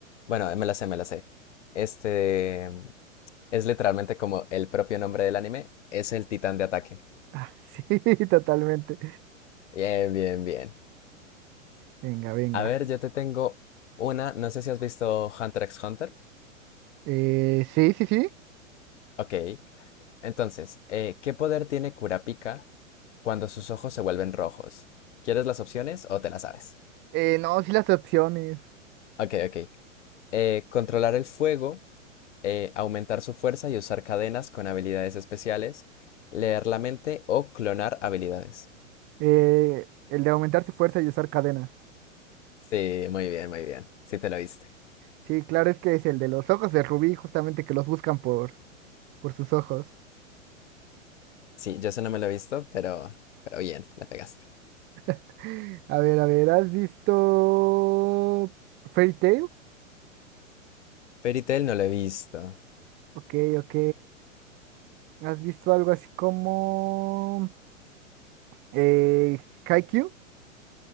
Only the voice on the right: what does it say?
Ah, <laughs> sí, totalmente.
Venga, venga.
Eh, sí, sí, sí.
Eh, no, sí las opciones.
Eh, el de aumentar su fuerza y usar cadenas.
Sí, claro, es que es el de los ojos de Rubí, justamente que los buscan por, por sus ojos.
<laughs> A ver, a ver, ¿has visto Fairy Tail?
Ok, ok. ¿Has visto algo así como eh, Haikyuu?